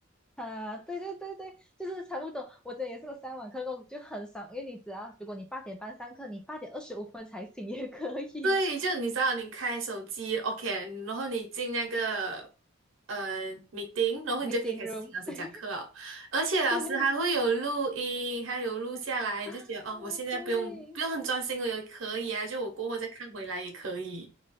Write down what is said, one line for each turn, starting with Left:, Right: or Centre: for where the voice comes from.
Centre: 啊，对对对对，就是差不多。我这也是有上网课过，就很爽，因为你只要如果你八点半上课，你八点二十五分才醒也可以。
Right: <laughs> 对，就你知道，你开手机 OK，然后你进那个呃 meeting，然后你就可以开始听老师讲课了，
Centre: Meeting room，<laughs> 对
Right: 而且老师还会有录音，
Centre: 对
Right: 还有录下来，
Centre: 啊，
Right: 你就觉得哦，我现在不用不用很专心，
Centre: 对
Right: 我也可以啊，就我过后再看回来也可以。